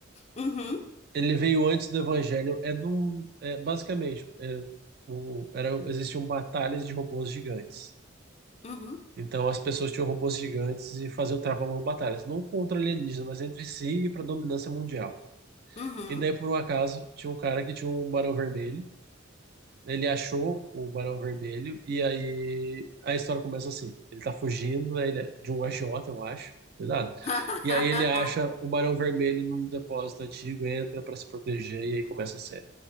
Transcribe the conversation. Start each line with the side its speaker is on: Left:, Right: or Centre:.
Left: Uhum,
Right: Ele veio antes do Evangelho, é do, é, basicamente, era, o, era, existiam batalhas de robôs gigantes.
Left: uhum,
Right: Então as pessoas tinham robôs gigantes e faziam travavam batalhas, não contra alienígenas, mas entre si e para dominância mundial.
Left: uhum.
Right: E daí, por um acaso, tinha um cara que tinha um Barão Vermelho, Ele achou o Barão Vermelho e aí a história começa assim. Ele tá fugindo aí ele- é de um agiota, eu acho. Cuidado.
Left: <laughs>
Right: E aí ele acha o Barão Vermelho num depósito antigo, entra pra se proteger e aí começa a série.